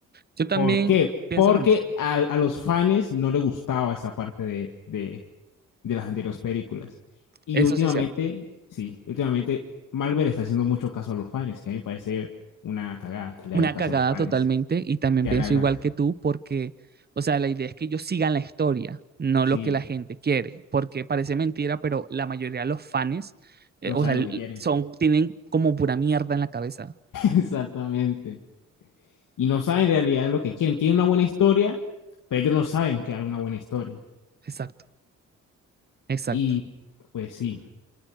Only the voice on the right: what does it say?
Yo también
pienso
lo mismo.
Eso
sí es cierto.
Una
cagada
totalmente y también
pienso
igual que tú porque, o sea, la idea es que ellos sigan la historia, no
lo que la gente quiere, porque parece mentira, pero la mayoría de los fans, eh,
o
sea, l-
son, tienen como pura mierda en la cabeza.
Exacto, exacto.